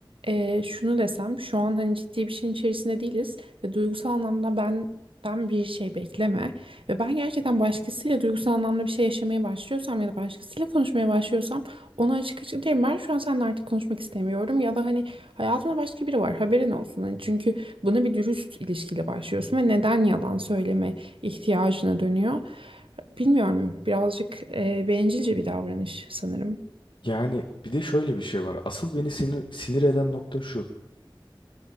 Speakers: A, on the right; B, on the left.
A: eee, şunu desem şu an hani ciddi bir şeyin içerisinde değiliz ve duygusal anlamda benden bir şey bekleme ve ben gerçekten başkasıyla duygusal anlamda bir şey yaşamaya başlıyorsam ya da başkasıyla konuşmaya başlıyorsam ona açık açık derim ben şu an seninle artık konuşmak istemiyorum ya da hani hayatımda başka biri var haberin olsun hani çünkü buna bir dürüst ilişkiyle başlıyorsun ve neden yalan söyleme ihtiyacına dönüyor bilmiyorum birazcık eee bencilce bir davranış sanırım.
B: Yani bir de şöyle bir şey var. Asıl beni sinir, sinir eden nokta şu.